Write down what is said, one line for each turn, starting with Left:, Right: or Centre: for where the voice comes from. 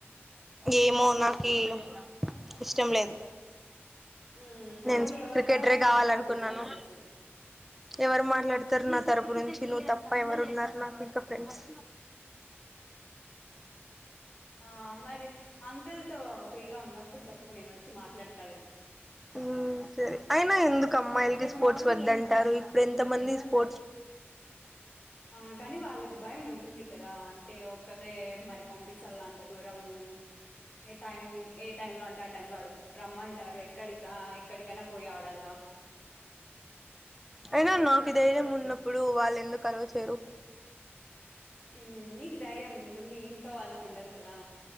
Centre: ఏమో నాకీ ఇష్టం లేదు
Left: మ్మ్
Centre: నేను
Left: పోనీ ఎవరితో
Centre: క్రికెటరే
Left: అయినా
Centre: కావాలనుకున్నాను
Left: మాట్లాడిపించాల్సింటివి
Centre: ఎవరు మాట్లాడతారు నా తరపు నుంచి నువ్వు తప్ప ఎవరున్నారు నాకింక ఫ్రెండ్స్
Left: ఆ మరి అంకుల్ తో ఫ్రీగా ఉన్నప్పుడు చప్పు నేను వచ్చి మాట్లాడుతా లే
Centre: ఊ సరే అయినా ఎందుకు అమ్మాయిలకి స్పోర్ట్స్ వద్దంటారు ఇప్పుడు ఎంత మంది స్పో
Left: ఆ కానీ వాళ్ళకి భయం ఉంటుంది కదా అంటే ఒక్కతే మరి పంపించల్లా అంత దూరము ఏ టైం ఏ టైం లో అంటే ఆ టైం లో అడుగు రమ్మంటారు క్కడికా ఎక్కడికైనా పోయి ఆడల్లా
Centre: అయినా నాకి ధైర్యం ఉన్నప్పుడు వాళ్ళెందుకు అల్లో చేయారు
Left: ఉమ్ నీకు ధైర్యం ఉంటుంది ఇంట్లో వాళ్ళకు ఉండదు కదా